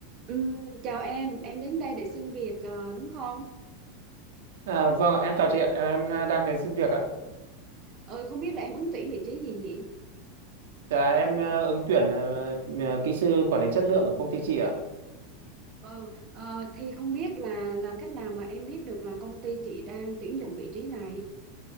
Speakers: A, on the right (about 35°); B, on the right (about 80°).
A: Ừm, chào em, em đến đây để xin việc ờ, đúng không?
B: À, vâng ạ, em chào chị ạ, em à, đang đến xin việc ạ.
A: Ừ, không biết là em ứng tuyển vị trí gì nhỉ?
B: Dạ em à, ứng tuyển à, à, kỹ sư quản lý chất lượng ở công ty chị ạ.
A: Ừ, ờ, thì không biết là làm cách nào mà em biết được là công ty chị đang tuyển dụng vị trí này.